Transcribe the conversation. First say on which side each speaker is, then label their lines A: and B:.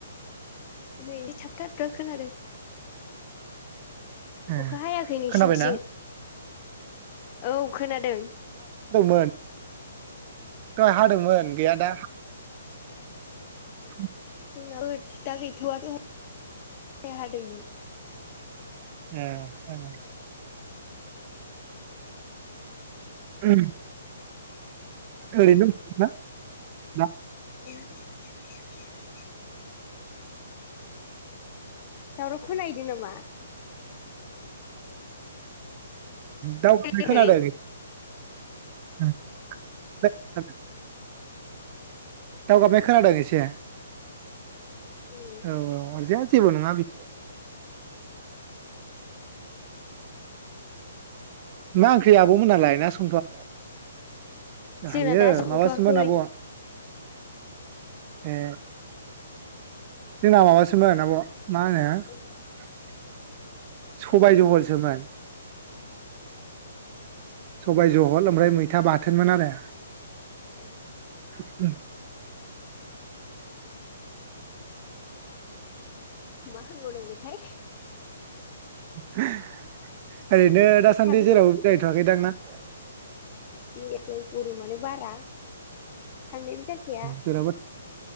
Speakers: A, on the left (about 35°); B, on the right (about 35°).
A: नै थाबथा थाबथा खोनादों।
B: ए
A: अखा हायाखै नोंसिनिथि?
B: खोनाबायना
A: औ खोना दों।
B: दो़ंमोन। दहाय हादोंमोन। गैया दा <inaudible>
A: जोंनावबो दा गैथ'वा दहाय हादोंमोन।
B: होम। उम ओरैनो <unintelligible>
A: <unintelligible> दावराव खौनाहैदों नामा?
B: दावगाबनाय
A: खोनायाखै
B: खोनादों आगै <unintelligible> दावगाबनाय खोनादों एसे
A: उम
B: औ औ अरजाया जेबो नङा बि मा ओंख्रि आबमो नालाय ना संथआ
A: जोंना
B: हायो
A: दा संथवाखै
B: माबासोमोन आब' ए जोंना माबासोमोन आब मान होनो
A: औ
B: सबायाइ जहलसोमोन सबाय जहल ओमफ्राय मैथा बाथोनमोन आरो
A: अ
B: <unintelligible>
A: मा होनबाव नांगौ थाय?
B: <unintelligible> ओरैनो दासान्दि
A: साबेसे
B: जेरावबो बेरायथवाखैदां ना? <unintelligible>
A: देग्लाय गरमानो बारा थांनायबो जाखाया
B: जेरावबो